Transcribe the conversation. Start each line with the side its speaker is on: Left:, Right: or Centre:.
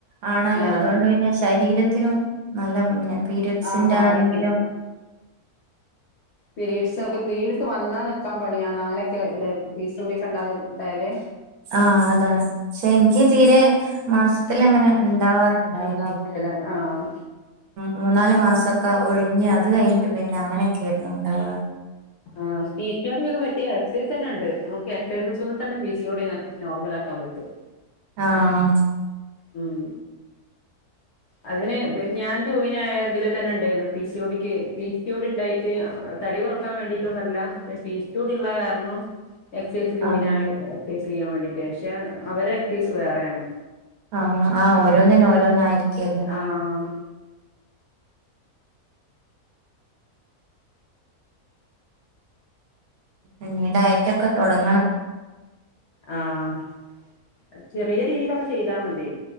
Right: ആണല്ലോ
Left: ആഹ്
Right: അതുകൊണ്ട് പിന്നെ ശരീരത്തിനും നല്ല പിന്നെ പീരിഡ്സിന്റാണെങ്കിലും
Left: ആഹ് ബാധിക്കും പീരീഡ്സൊക്കെ പീരീഡ്സ് വന്നാ നിക്കാൻ പണിയാണ് അങ്ങനെക്കെല്ല പീ സി ഒ ടി യൊക്കെണ്ടായാ ഉണ്ടാവല്?
Right: ആഹ് അതാണ് പക്ഷേ ഇനിക്ക് തീരെ മാസത്തിലങ്ങനെ ഇണ്ടാവാറ് ണ്ടായിര്ന്നില്ല
Left: ഉണ്ടാവൂലല്ല ആഹ്
Right: മൂന്നാല് മാസൊക്കെ ഒഴിഞ്ഞ് അത് കഴിഞ്ഞിട്ട് പിന്നെ അങ്ങനെക്കെര്ന്ന് ണ്ടാവാറ്
Left: ആഹ് പി സി ഒ ടി ക്കൊക്കെ പറ്റ്യേ എക്സൈസന്നെണ്ട് നമുക്ക് എക്സൈസ്കൂടെ തന്നെ പി സി ഒ ടി നോർമലാക്കാൻ പറ്റും
Right: ആഹ്
Left: ഉം അതിന് ഞാൻ ജോയിനായതില് തന്നെണ്ടായീന്ന് പി സി ഒ ടിക്ക് പി സി ഓ ടി ണ്ടായിട്ട് തടികൊ റക്കാൻ വേണ്ടീട്ടൊന്നുവല്ല പി സി ഓ ടിള്ള കാരണം എക്സൈസ് ജോയിനായേ
Right: ആഹ്
Left: എക്സൈസ് ചെയ്യാൻ വേണ്ടീട്ടേ പക്ഷെ അവരെ എക്സൈസ് വേറെയാണ്
Right: ആഹ് ആ ഓരോന്നിനും ഓരോന്നായിരിക്കല്ലോ
Left: ആഹ്
Right: ഇഞ്ഞി ഡയറ്റൊക്കെ തൊടങ്ങണം
Left: ആഹ് ചെറിയ രീതിയിലൊക്കെ ചെയ്താ മതി